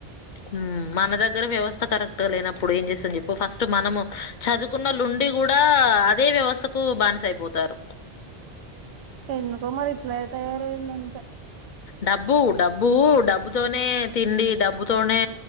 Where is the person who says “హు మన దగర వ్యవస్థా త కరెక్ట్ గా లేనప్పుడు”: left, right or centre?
Left